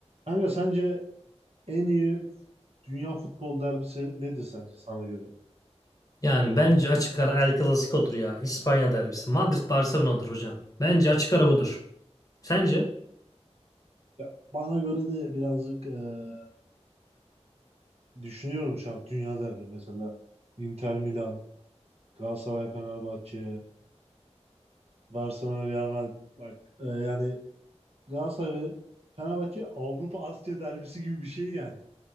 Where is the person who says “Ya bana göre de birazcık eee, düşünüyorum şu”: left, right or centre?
Right